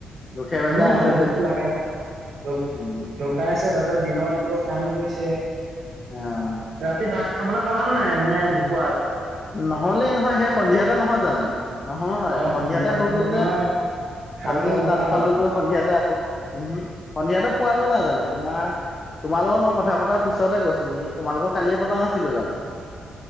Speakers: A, on the left; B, on the right.
A: দুখে বেজাই
B: উ
A: আছে
B: এইটো
A: যে
B: দুখ লাগে ন। ধুক
A: উম
B: ঢুকাইছে তা পিছত দিনৰ- দিনটো কাম কৰিছে।
A: অঁ।
B: ৰাতি ভাত খাবলৈ পালা নাই নে ঢুকুৱাত।
A: নহ'লেই নহয়। সেই সন্ধিয়াতে নহয় জানো? নহয়
B: অ
A: সন্ধিয়াতে হৈ
B: হ'ল
A: গ'ল
B: নহয়
A: যে।
B: খাবলৈ
A: আমি
B: নাপালা
A: তাত পালোগৈ সন্ধিয়াতে আকৌ। উ সন্ধিয়াতে পোৱাগৈ নাই জানো? তোমাৰ তোমাৰ লগত মই কথা পতাৰ পিছতে গৈছো নেকি। তোমাৰ লগত কালিয়ে পতা নাছিলো জানো?